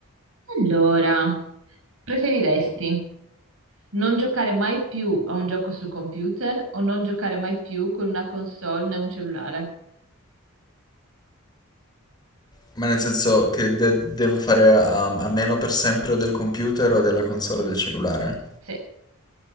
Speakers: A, on the right (about 70°); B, on the left (about 20°).
A: Allora, preferiresti? Non giocare mai più a un gioco sul computer o non giocare mai più con una console né un cellulare.
B: Ma nel senso che de- devo fare a-, a meno per sempre o del computer o della console o del cellulare?
A: Sì.